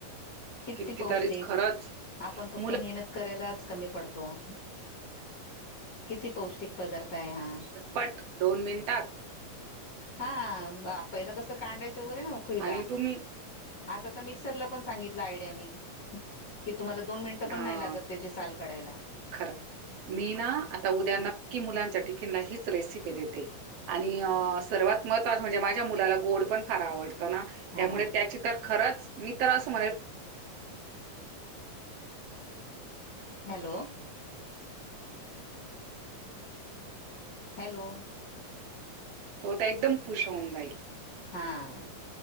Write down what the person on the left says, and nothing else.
किती
पौष्टिक,
आपण फक्त
मेहनत करायलाच कमी पडतो. किती पौष्टिक पदार्थ आहे हा.
हा, पहिलं कसं कांडायचं
आता तर मिक्सरला पण सांगितलं आईडिया मी. कित तुम्हाला दोन मिनट पणं
नाही लागत त्याची साल काढायला.
हा
हॅलो. हॅलो.
हा.